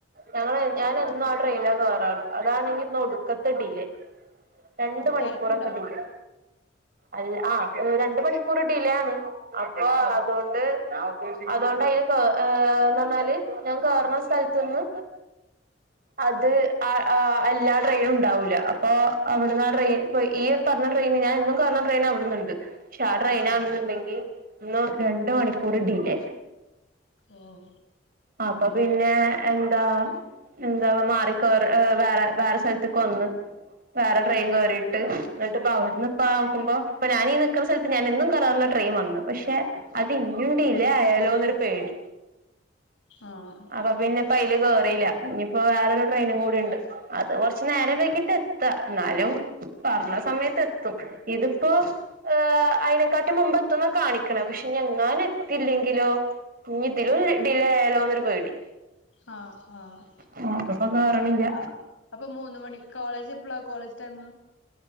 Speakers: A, on the right; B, on the left.
A: ഞങ്ങൾ ഞാനെന്നും
B: ഉം
A: ആ ട്രെയിനിനാ ക്കെറാറ് അതാണെങ്കി ഇന്ന് ഒടുക്കത്തെ ഡിലേ രണ്ട്
B: ഓ
A: മണിക്കൂറൊക്കെ
B: തിരക്കുണ്ടോ
A: ഡിലേ അല്ല ആ രണ്ട് മണിക്കൂർ ഡിലേ ആണ് അപ്പൊ
B: ഓ
A: അതൊണ്ട് അതൊണ്ട് ഈ കോ ന്ന് പറഞ്ഞാല് ഞാൻ കേറുന്ന സ്ഥലത്‌ന്ന് ആഹ് അത് എല്ലാ ട്രെയിനും ഉണ്ടാവൂല അപ്പൊ അവിടുന്ന് ആ ട്രെയിൻ ഇ ഈ പറ ട്രെയിൻ ഞാൻ എന്നും കേറുന്ന ട്രൈൻ അവിടുന്നുണ്ട് പക്ഷെ ആ ട്രെയിൻ
B: ആഹ്
A: ആണുന്നുണ്ടെങ്കിൽ
B: ആഹ്
A: ഇന്ന് രണ്ട് മണിക്കൂറ് ഡിലേ
B: ഓഹ്
A: അപ്പ പിന്നെ എന്താ എന്താ മാറിക്കേറി വേറെ വേറെ സ്ഥൽത്ത്ക്ക് വന്ന് വേറെ ട്രെയിൻ
B: ആഹ്
A: കേറീ ട്ട് എന്നിട്ടിപ്പ അവിടുന്ന് ഇപ്പ നോക്കുമ്പോ ഞാനീ നിൽക്കുന്ന സ്ഥൽത്ത് ഞാനെ ന്നും കേറാറുള്ള ട്രെയ്ൻ വന്നു പക്ഷെ അത് ഇഞ്ഞും ഡിലേ അയാലോന്നൊരു പേടി
B: ആഹ്
A: അപ്പൊ പിന്നെപ്പയില് കേയറീല്ല ഇനിപ്പോ വേറൊരു ട്രെയിനും കൂടിണ്ട് അത് കൊറച്ച് നേരം വൈകീട്ടാ എത്താ ന്നാലും പറഞ്ഞ സമയത്ത് എത്തും ഇതിപ്പോ ഏഹ് അയിനേക്കാട്ടി മുമ്പ് എത്തുന്ന കാണിക്കുന്ന് ക്ക്ണ് പക്ഷെ ഞ്ഞി ങ്ങാനും എത്തില്ലെങ്കിലോ ഇഞ്ഞി ഇതിലും ഡിലേ ആയാലോന്നൊരു പേടി
B: ആഹ് ആഹ്
A: ആഹ് അപ്പൊ കേറണില്ല
B: ആഹ് അപ്പൊ മൂന്ന് മണി കോളജ് എപ്പളാ കോളേജ് ടൈം